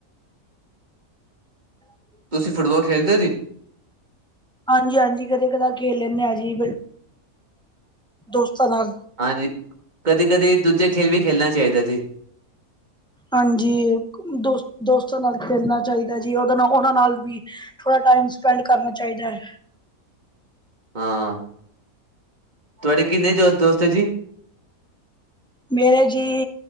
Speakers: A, in the centre; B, on the right.
A: <unintelligible>
B: ਤੁਸੀਂ ਫੁੱਟਬਾਲ ਖੇਲਦੇ ਹੋ ਜੀ
A: ਹਾਂਜੀ-ਹਾਂਜੀ ਕਦੇ ਕਦਾ ਖੇਲ ਲੈਨੇ ਆ ਜੀ। ਦੋਸਤਾਂ ਨਾਲ।
B: ਹਾਂਜੀ, ਕਦੀ-ਕਦੀ ਦੂਜੇ ਖੇਲ ਵੀ ਖੇਲਣਾ ਚਾਹੀਦਾ ਜੀ।
A: ਹਾਂਜੀ ਦੋਸਤ ਦੋਸਤਾਂ ਨਾਲ ਖੇਲਣਾ ਚਾਹੀਦਾ ਜੀ ਉਹਦੇ ਨਾਲ ਉਹਨਾਂ ਨਾਲ ਵੀ ਥੋੜਾ ਟਾਈਮ ਸਪੈਂਡ ਕਰਨਾ ਚਾਹੀਦਾ ਹੈ।
B: ਹਾਂ, ਤੁਹਾਡੇ ਕਿੰਨੇ ਦੋਸਤ ਦੋਸਤ ਆ ਜੀ?
A: ਮੇਰੇ ਜੀ